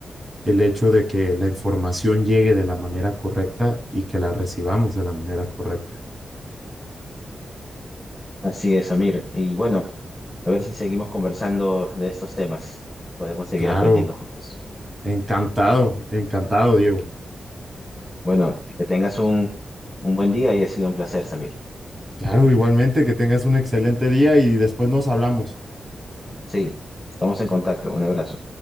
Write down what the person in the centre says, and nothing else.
Así es, Amir. Y bueno, a ver si seguimos conversando de estos temas. Podemos seguir
aprendiendo juntos.
Bueno, que tengas un, un buen día y ha sido un placer, Samir.
Sí, estamos en contacto. Un abrazo.